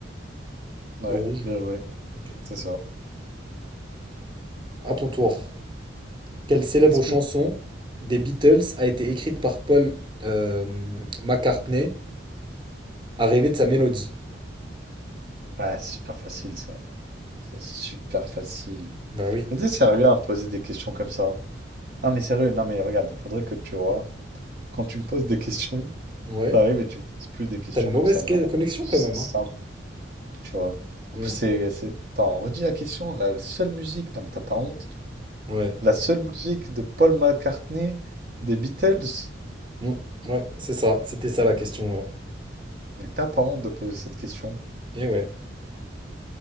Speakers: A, on the right (about 50°); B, on the right (about 25°).
A: Ouais,
B: et rouge.
A: bien joué.
B: Ok.
A: C'est ça.
B: À ton tour. Quelle célèbre
A: Est-ce que...
B: chanson des Beatles a été écrite par Paul euh, McCartney à rêver de sa mélodie?
A: Ah, super facile ça. C'est super facile.
B: Bah oui.
A: Mais t'es sérieux à me poser des questions comme ça? Non mais sérieux, non mais regarde, il faudrait que tu vois, quand tu me poses des questions,
B: Ouais.
A: t'arrives et tu me poses plus des questions
B: T'as une mauvaise
A: comme ça vraiment.
B: que- connexion
A: C'est
B: quand même,
A: simple,
B: hein?
A: tu vois. En
B: Mm.
A: plus, c'est... c'est- Attends, redis la question, la seule musique, non mais t'as pas honte,
B: Ouais.
A: la seule musique de Paul McCartney des Beatles,
B: Mm. Ouais, c'est ça. C'était ça la question, ouais.
A: mais t'as pas honte de poser cette question.
B: Et ouais.